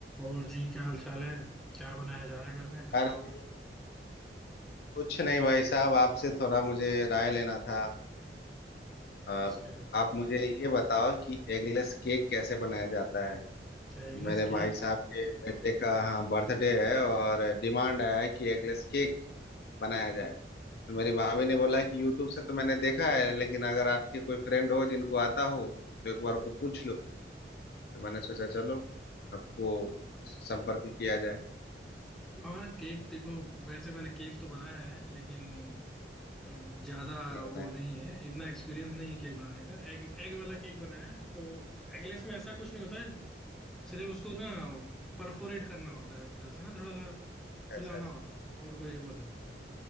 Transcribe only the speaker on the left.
अरे
कुछ नहीं भाई साहब आपसे थोड़ा मुझे राय लेना था आप
आप मुझे ये बताओ कि एगलेस केक कैसे बनाया जाता है
मेरे भाई
साहब के बेटे का हाँ बर्थडे है और डिमांड आया है कि एगलेस केक बनाया जाए तो मेरी भाभी ने बोला कि यूट्यूब से तो मैंने देखा है लेकिन अगर आपके कोई फ्रेंड हो जिनको आता हो तो एक बार को पूछ लो तो मैंने सोचा चलो आपको संपर्क किया जाए
नहीं
बनाया
अच्छा अच्छा